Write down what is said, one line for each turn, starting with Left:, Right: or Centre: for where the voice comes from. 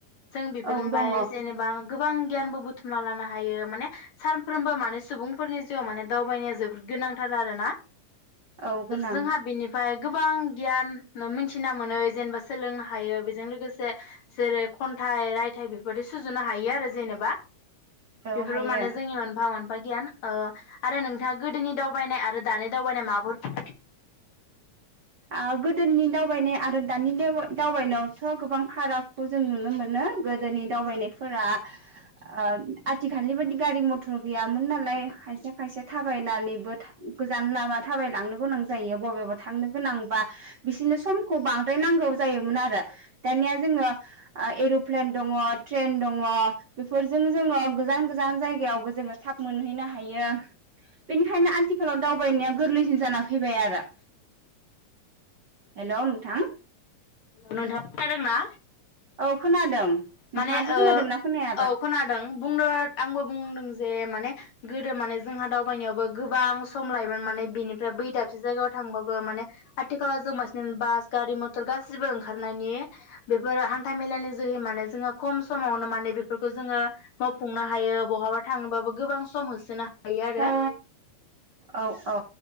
Left: जों बिफोनबाय
Right: औ दङ
Left: जेनेबा गोबां गियानबो बुथुमना लानो हायो। माने सानफ्रोमबो माने सुबुं फोरनि जिउआव माने दावबायनाया जोबोद गोनांथार आरोना
Right: औ गोनां
Left: जोंहा बेनिफ्राय गोबां गियान मिथिना मोनो जेनेबा सोलोंनो हायो बेजों लोगोसे जेरै खन्थाइ, रायथाइ बेबायदि सुजुनो हायो आरो जेनेबा बेफोरो
Right: औ हायो
Left: माने जोंनि मोनफा मोनफा। बगियान अ आरो नोंथाङा गोदोनि दावबायनाय आरो दानि दावबायनाय माबाफोर फा
Right: ओ गोदोनि दावबायनाय आरो दानि दावबायनायावथ गोबां फारागखौ जों नुनो मोनो गोदोनि दावबायनायफोरा ओ आथिखालनि बादि गारि मथर गैयामोन नालाय खायसे खायसे थाबायनानैबो गोजान लामा थाबायलांनो गोनां जायो बबेबा थांनो। गोनांबा बिसोरनो समखौ बांद्राय नांगौ जायोमोन आरो दानिया जोङो एरप्लेन दङ ट्रेन दङ बेफोरजों जोङो गोजान गोजान जायगायावबो जोङो थाब मोनहैनो हायो बेनिखायनो आथिखालाव दावबायनाया गोरलैसिन जाना फैबाय आरो। हेलौ नोंथां।
Left: नोंथाङा खोनादोंना
Right: औ खोनादों। नोंथाङासो
Left: माने ओ
Right: खोनादोंना खोनायाबा
Left: औ खोनादों बुंनो आंबो बुंदों। जे माने गोदो माने जोंहा दावबायनायावबो गोबां सम लायोमोन माने बिनिफ्राय बै दाबसे जायगायाव थांबाबो माने आथिखालाव जों बासिन बास गारि मथर गाससिबो ओंखारनायनि बेफोर हान्था मेलानि जोहै माने जोङो खम समावनो माने बेफोरखौ जोङो मावफुंनो हायो बहाबा थाङोबाबो गोबां सम होसोनो हायो। हायो आरो
Right: औ औ औ